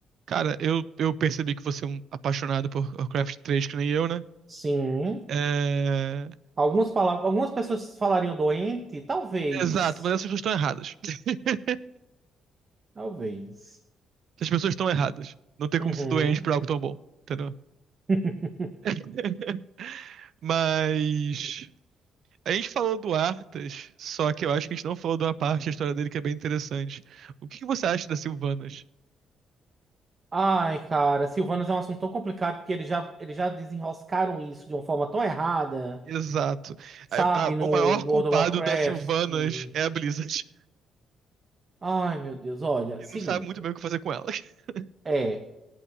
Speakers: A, on the right (about 65°); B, on the right (about 35°).
A: Cara, eu, eu percebi que você é um apaixonado por Warcraft 3, que nem eu, né?
B: Sim.
A: É...
B: Algumas palavras, algumas pessoas falariam doente? Talvez.
A: Exato, mas essas pessoas estão erradas. <laughs>
B: Talvez.
A: Essas pessoas estão erradas. Não tem
B: Uhum.
A: como ser doente por algo tão bom, entendeu?
B: <laughs>
A: <laughs> Mas a gente falou do Arthas, só que eu acho que a gente não falou de uma parte da história dele que é bem interessante. O que que você acha das Sylvanas?
B: Ai, cara, Silvanas é um assunto tão complicado porque eles já, eles já desenroscaram isso de uma forma tão errada,
A: Exato.
B: sabe?
A: A- a-
B: No,
A: o maior
B: no
A: culpado
B: World of Warcraft.
A: das Sylvanas é a Blizzard,
B: Ai, meu Deus, olha,
A: <laughs> que
B: seguinte.
A: não sabe muito bem o que fazer com ela. <laughs>
B: É,